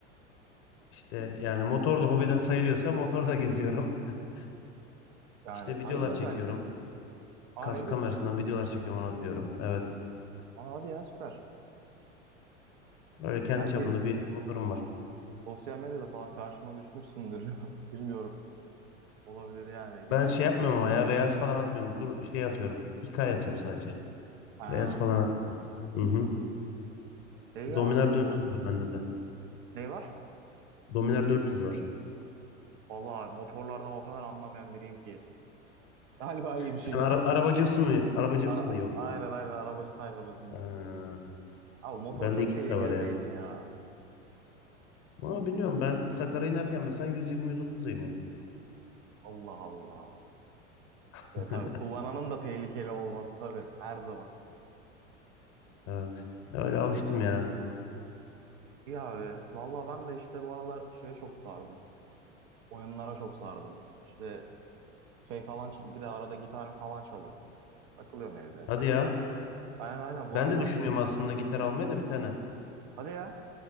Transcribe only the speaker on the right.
Yani
bayılır
bence. Aa
ne video
çekiyorsun?
Aa hadi ya süper.
Belki
Sosyal medyada falan karşıma düşmüşsündür. <laughs> Bilmiyorum. Olabilir yani. Güzel.
Çok
keyifli.
Ha.
İyi
abi güzel.
Ne var?
Vallahi motorlardan o kadar anlamayan biriyim ki. Galiba iyi bir şey.
<laughs>
Ara,
aynen aynen arabacı tayfaladım
ben. Abi motor
çok
tehlikeli
değil mi ya?
Allah Allah.
Ya tabii kullananın da tehlikeli olması tabii. Her zaman.
E, güzel.
İyi abi. Vallahi ben de işte bu aralar şeye çok sardım. Oyunlara çok sardım. İşte şey falan bir de arada gitar falan çalıyorum. Takılıyorum evde.
Aynen aynen bu
aralar
bir
hadi ya